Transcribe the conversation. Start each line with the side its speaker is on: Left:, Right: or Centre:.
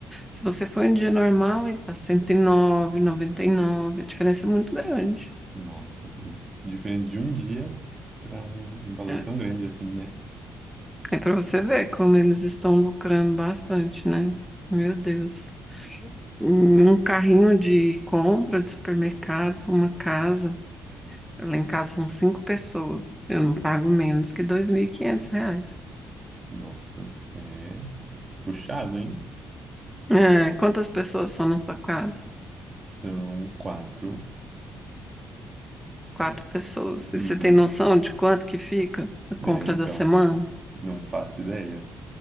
Centre: Se você for em dia normal, aí tá 109, 99. A diferença é muito grande.
Right: Nossa, e diferença de um dia para um, um valor
Centre: É,
Right: tão grande assim, né?
Centre: é para você ver como eles estão lucrando bastante, né? Meu Deus. Um carrinho de compra de supermercado, uma casa. Lá em casa são cinco pessoas. Eu não pago menos que 2.500 reais.
Right: Nossa, é puxado, hein?
Centre: É, quantas pessoas são na sua casa?
Right: São quatro.
Centre: Quatro pessoas. E
Right: Uhum.
Centre: você tem noção de quanto que fica a compra
Right: É, então,
Centre: da semana?
Right: não faço ideia.